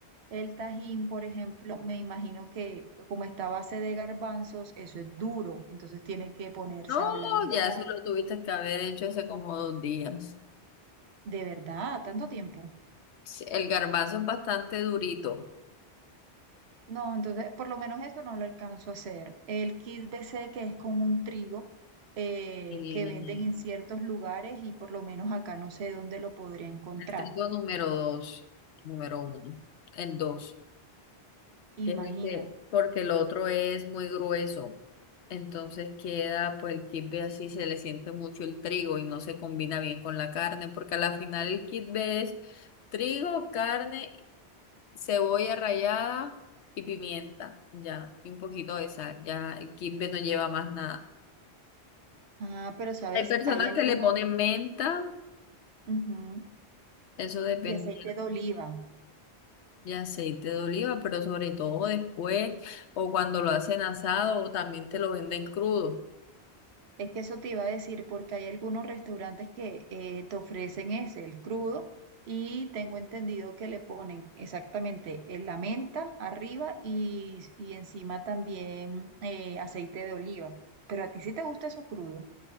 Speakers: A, on the right (about 75°); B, on the left (about 85°).
A: El tajín, por ejemplo, me imagino que como está a base de garbanzos, eso es duro, entonces tiene que ponerse
B: No,
A: a ablandar.
B: ya eso lo tuviste que haber hecho hace como dos días.
A: ¿De verdad? ¿Tanto tiempo?
B: Sí, El garbanzo es bastante durito.
A: No, entonces por lo menos eso no lo alcanzo a hacer. El kit BC que es con un trigo eh,
B: Y
A: que venden en ciertos lugares y por lo menos acá no sé dónde lo podría encontrar.
B: el trigo número dos, número uno, el dos. que-
A: Imagínate.
B: es el que- porque el otro es muy grueso. Entonces queda, pues el kibbe así se le siente mucho el trigo y no se combina bien con la carne, porque a la final el kibbe es trigo, carne, cebolla rallada y pimienta, ya, y un poquito de sal, ya el kibbe no lleva más nada.
A: Ah, pero sabes,
B: Hay personas
A: hay algunos
B: que le ponen menta,
A: ujú,
B: eso depende
A: y aceite de oliva.
B: Y aceite de oliva, pero sobre todo después, o cuando lo hacen asado, o también te lo venden crudo.
A: Es que eso te iba a decir, porque hay algunos restaurantes que eh, te ofrecen ese, el crudo, y tengo entendido que le ponen exactamente eh, la menta arriba y, y encima también eh, aceite de oliva. Pero a ti sí te gusta eso crudo,